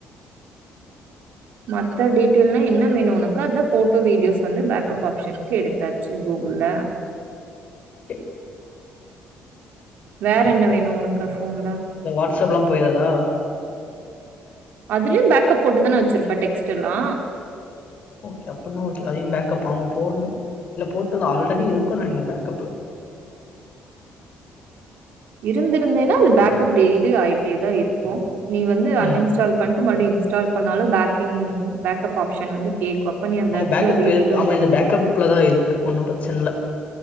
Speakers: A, on the right (about 75°); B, on the left (about 55°).
A: மத்த டீட்டைல்னா என்ன வேணு உனக்கு அதா ஃபோட்டோ வீடியோஸ் வந்து பேக்கப் ஆப்ஷன்க்கு எடுத்தாச்சு கூகுள்ல
B: கெ
A: வேற என்ன வேணு உனக்கு ஃபோன்ல
B: அத்த எங்க வாட்ஸ்அப்லாம் போயிறாதா?
A: அதுலயு பேக்கப் போட்டுதான வச்சிருப்பே டெக்ஸ்ட்டெல்லா
B: ஓகே அப்பிடின்னா ஓகே அதையு பேக்கப் ஆமா போடணு இல்ல போட்டது ஆல்ரெடி இருக்குன்னு நெனைக்கிற பேக்கப்பு
A: இருந்திருந்ததுன்னா அது பேக்கப் டெய்லியு ஆயிட்டேதா இருக்கு நீ வந்து அன்இன்ஸ்டால்
B: ம்.
A: பண் ணிட்டு மறுபடி இன்ஸ்டால் பண்ணாலு பேக்கிங் பேக்கப் ஆப்ஷன் வந்து கேக்கு அப்ப நீ அந்த
B: ஆமா
A: எடத்துல
B: பேக்கப்
A: ரீஸ்டோர்
B: இருக்கு ஆமா என்து பேக்கப்லதா இருக்கு ஒன்னும் பிரச்சன இல்ல